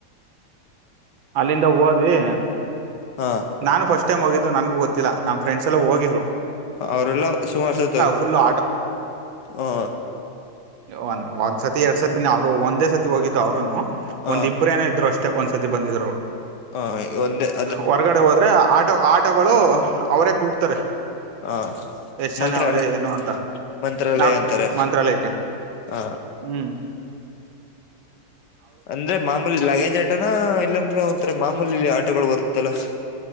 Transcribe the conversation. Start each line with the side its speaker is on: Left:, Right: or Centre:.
Right: ಅಲ್ಲಿಂದ ಹೋದ್ವಿ.
Left: ಹಾ
Right: ನಾನ್ ಫಸ್ಟ್ ಟೈಮ್ ಹೋಗಿದ್ದು ನನ್ಗ ಗೊತ್ತಿಲ್ಲ ನ ಫ್ರಂಡ್ಸ್ ಎಲ್ಲ ಹಿದ್ದ
Left: ಅವರೆಲ್ಲಾ ಸುಮಾರು ಸತ
Right: ಫುಲ್
Left: ಹಾ
Right: ಒನ್ ಒಂದ್ಸತಿ ಎರಡ್ ಸತಿನ ಅವ್ರು ಒಂದೇ ಸತಿ ಹೋಗಿದ್ದು ಅವ್ರನು.
Left: ಹ
Right: ಒಂದ್ ಇಬ್ರುನೋ ಇದ್ರು ಅಷ್ಟೆ ಒಂದ ಸತಿ ಬಂದಿದ್ರು.
Left: ಹ ಒ
Right: ಹೊರಗಡೆ ಹೋದರೆೆ ಆಟೋ ಆಟೋಗಳು ಅವರೇ ಕೂಗ್ತಾರೆ,
Left: ಹ
Right: ಎಷ್ಟು
Left: ಮಂತ್ರ
Right: ಜನ ಅವರೇ
Left: ಎಲ್ಲ
Right: ಏನು ಅಂತ
Left: ಮಂತ್ರಾಲಯ
Right: ನಾವು
Left: ಅಂತಾರೆ
Right: ಮಂತ್ರಾಲಯಕ್ಕೆ
Left: ಹ
Right: ಹ್ಞೂ
Left: ಅಂದ್ರೆ ಮಾಮೂಲಿ ಲಗೇಜ್ ಆಟನ ಇಲ್ಲಾಂದ್ರೆ ಒಂ ಅ ಮಾಮೂಲಿ ಆಟೋಗಳು ಬರುತ್ತಲ್ಲಾ.